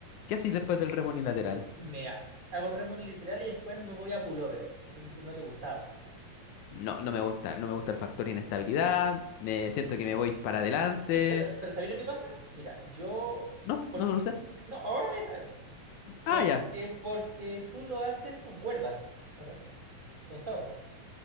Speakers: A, on the left (about 80°); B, on the right (about 35°).
A: ¿Qué hacéis
B: Sí,
A: después del remo unilateral?
B: Mira, hago remo literal y después me voy a pullover. Que tú me dijiste que no te gustaba.
A: No, no me gusta, no me gusta el factor inestabilidad. Me siento que me voy para adelante.
B: Sí, pero, pero ¿sabéis lo que pasa? Mira, yo,
A: No,
B: porque,
A: no no lo sé.
B: no, ahora vaya a saber, porque,
A: Ah, ya.
B: porque tú lo haces con cuerda, ¿o no? Con soga.